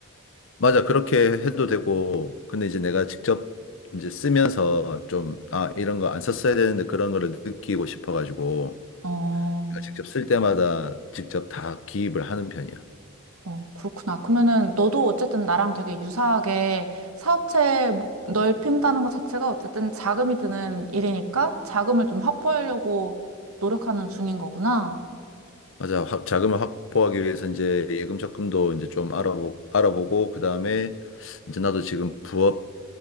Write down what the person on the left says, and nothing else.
맞아, 그렇게 해도 되고 근데 이제 내가 직접 이제 쓰면서 좀 아, 이런 거 안 썼어야 되는데 그런 거를 느끼고 싶어가지고
내가 직접 쓸 때마다 직접 다 기입을 하는 편이야.
맞아. 확- 자금을 확보하기 위해서 이제 예금 적금도 이제 좀 알아보, 알아보고, 그 다음에 이제 나도 지금 부업